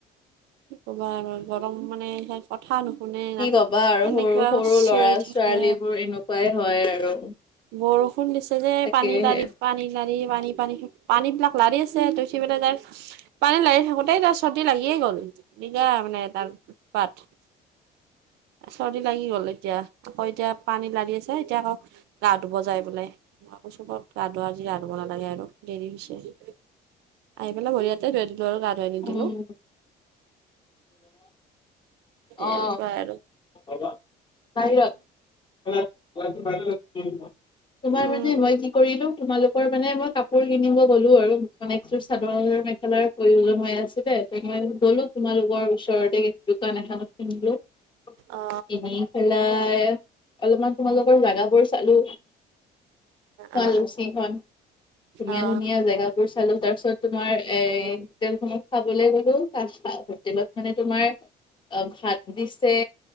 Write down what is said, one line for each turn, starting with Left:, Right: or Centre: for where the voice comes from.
Right: কি কবা আৰু গৰম মানে সেই কথা নুশুনে
Left: কি
Right: না
Left: কবা আৰু
Right: এনেকুৱা
Left: সৰু সৰু
Right: চিঞৰি
Left: ল'ৰা
Right: থাকে।
Left: ছোৱালীবোৰ এনেকুৱাই হয় আৰু।
Right: বৰষুণ দিছে যে
Left: তাকেহে
Right: পানী লাৰি পানী লাৰি পানী -পানী -পানী বিলাক লাৰি আছে ত' সি পেলাই তাৰ পানী লাৰি থাকোতেই তাৰ চৰ্দী লাগিয়ে গ'ল দিগদাৰ মানে তাৰ উৎপাত। চৰ্দি লাগি গল এতিয়া আকৌ এতিয়া পানী লাৰি আছে এতিয়া আকৌ গা ধুব যায় বোলে। মই কৈছোঁ বত গা ধুৱা আজি গা ধুব নালাগে আৰু দেৰি হৈছে। আহি পেলাই ভৰি হাতে ধোৱে দিলো আৰু গা ধুৱাই নিদিলোঁ।
Left: উম, অ',
Right: এনেকুৱাই আৰু।
Left: <unintelligible> বাহিৰত <unintelligible> তোমাৰ
Right: উম
Left: মানে মই কি কৰিলো তোমালোকৰ মানে মই কাপোৰ কিনিব গলোঁ আৰু, মানে এযোৰ চাদৰ-মেখেলাৰ প্ৰয়োজন হৈ আছিলে তে মই গলো তোমালোকৰ ওচৰতে দোকান এখনত কিনিলো <inaudible>
Right: অ
Left: কিনি পেলাই অলপমান তোমালোকৰ জাগাবোৰ চালো। শুৱালকুছিখন,
Right: অ অ
Left: ধুনীয়া
Right: অ
Left: - ধুনীয়া জেগা বোৰ চালো। তাৰ পিছত তোমাৰ এই হোটেলখনত খাবলৈ গলো। তা <unintelligible> হোটেলত মানে তোমাৰ অ'- ভাত দিছে,